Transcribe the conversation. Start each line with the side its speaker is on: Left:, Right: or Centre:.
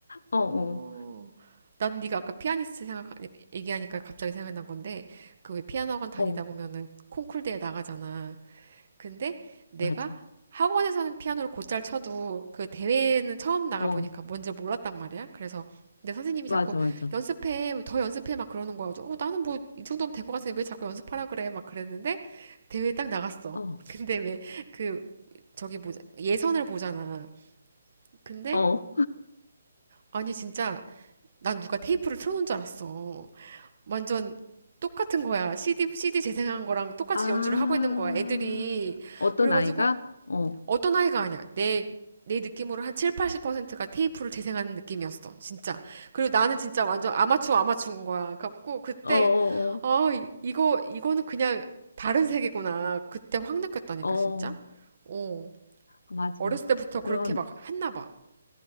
Left: 어,
Right: 어,
Left: 어,
Right: 난 네가 아까 피아니스트 생각 얘기하니까 갑자기 생각난 건데 그 왜 피아노 학원 다니다
Left: 어,
Right: 보면은 콩쿨 대회 나가잖아. 근데 내가
Left: 맞아.
Right: 학원에서는 피아노를 곧잘 쳐도 그 대회는 처음 나가보니까
Left: 어,
Right: 뭔지 몰랐단 말이야. 그래서 근데 선생님이
Left: 맞아,
Right: 자꾸
Left: 맞아.
Right: 연습해, 더 연습해 막 그러는 거야. 어, 나는 뭐 이 정도면 된 것 같은데 왜 자꾸 연습하라 그래? 막 그랬는데 대회에 딱 나갔어.
Left: 어,
Right: <laughs> 근데 왜 그 저기 뭐 예선을 보잖아. 근데
Left: 어.
Right: 아니 진짜 난 누가 테이프를 틀어놓은 줄 알았어. 완전 똑같은 거야. CD, CD 재생한 거랑 똑같이
Left: 아,
Right: 연주를 하고 있는 거야. 애들이.
Left: 어떤
Right: 그래가지고
Left: 아이가? 어,
Right: 어떤 아이가 아니야. 내, 내 느낌으로 한 7, 80%가 테이프를 재생하는 느낌이었어. 진짜. 그리고 나는 진짜 완전 아마추어 아마추어인 거야. 갖고 그때,
Left: 어, 어,
Right: 아, 이- 이거, 이거는 그냥 다른 세계구나. 그때 확 느꼈다니까,
Left: 어, 어,
Right: 진짜. 어.
Left: 아, 맞아.
Right: 어렸을 때부터 그렇게
Left: 그런,
Right: 막 했나 봐.